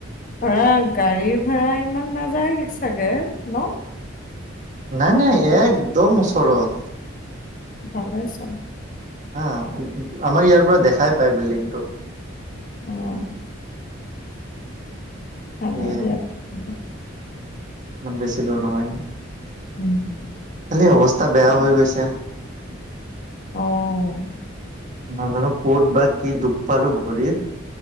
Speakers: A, on the left; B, on the right.
A: ধৰা গাড়ীৰ ভাড়া ইমান নাযায় চাগে, ন।
B: নাই নাই, একদম ওচৰত।
A: ভালে চোন।
B: হা, আমাৰ ইয়াৰ পৰা দেখাই পায় বিল্ডিংটো।
A: অ <unintelligible> ভালেই
B: সেয়ে
A: দিয়া <unintelligible>
B: মানে বেছি দূৰ নহয়।
A: উম <unintelligible>
B: খালি অৱস্থা বেয়া হৈ গৈছে।
A: অ'।
B: নাজানো, ক'ত বা কি দুখ পালো ভৰিত।